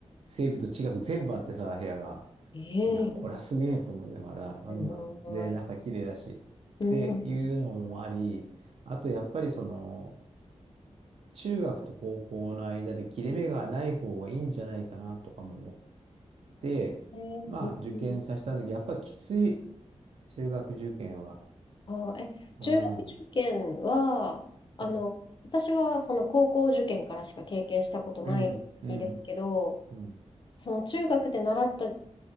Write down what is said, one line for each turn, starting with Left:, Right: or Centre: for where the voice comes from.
Right: 生物と地学全部あってさ、部屋が。
Left: ええ
Right: いや、これはすげえと思いながら、うん。
Left: すごい。
Right: で、中綺麗だし。
Left: うん。
Right: っていうのもあり、あとやっぱりその、中学と高校の間で切れ目がない方がいいんじゃないかなとかも思って、
Left: ええうんうん
Right: まあ受験させたんだけど、やっぱきつい、中学受験は。
Left: あー、え、
Right: うん。
Left: 中学受験は、
Right: う
Left: あの、
Right: ん。
Left: 私はその高校受験からしか経験したことないですけど、
Right: うん。うん。うん
Left: その中学で習った、